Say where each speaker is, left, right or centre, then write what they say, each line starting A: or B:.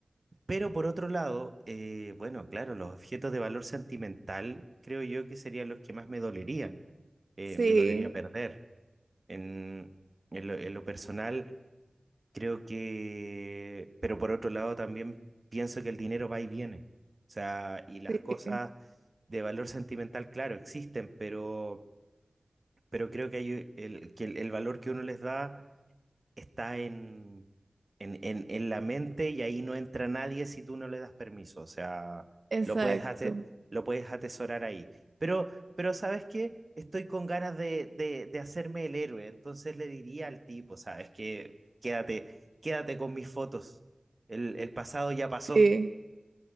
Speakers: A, on the right; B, on the right.
A: Pero por otro lado, eh, bueno, claro, los objetos de valor sentimental creo yo que serían los que más me dolerían, eh,
B: sí,
A: me dolería perder. En, en lo, en lo personal, creo que, pero por otro lado también pienso que el dinero va y viene. O sea, y las
B: sí,
A: cosas de valor sentimental, claro, existen, pero, pero creo que hay el, que el el valor que uno les da está en, en, en, en la mente y ahí no entra nadie si tú no le das permiso. O sea,
B: exacto.
A: lo puedes ate- lo puedes atesorar ahí. Pero, pero ¿sabes qué? Estoy con ganas de, de, de hacerme el héroe. Entonces le diría al tipo, ¿sabes qué? Quédate, quédate con mis fotos. El, el pasado ya pasó.
B: Sí.